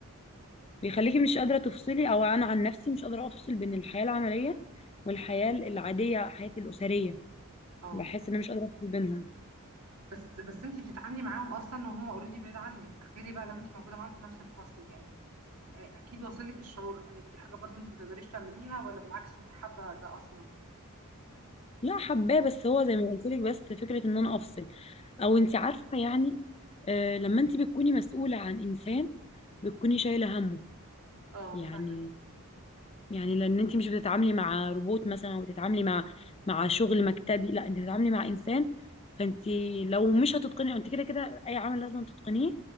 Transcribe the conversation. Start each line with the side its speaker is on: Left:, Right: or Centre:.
Left: بيخليكي مش قادرة تفصلي أو أنا عن نفسي مش قادرة أفصل بين الحياة العملية والحياة العادية حياتي الأسرية
Right: اه
Left: بحس إن أنا مش قادرة أفصل بينهم
Right: بس بس انت بتتعاملي معاهم اصلا وهم اوريدي بعيد عنك تخيلي بقى لو انت موجودة معاهم في نفس الفصل يعني آه، اكيد واصل لك الشعور آه، دي حاجة برضو انت ما تقدريش تعمليها ولا بالعكس انت حابة ده اصلا
Left: لا حباه بس هو زي ما قلت لك بس فكرة إن أنا أفصل أو أنت عارفة يعني آه لما أنت بتكوني مسؤولة عن إنسان بتكوني شايلة همه
Right: اه
Left: يعني
Right: فاهمك
Left: يعني لان انت مش بتتعاملي مع روبوت مثلا وبتتعاملي مع مع شغل مكتبي لا انت بتتعاملي مع انسان فانت لو مش هتتقني انت كده كده اي عمل لازم تتقنيه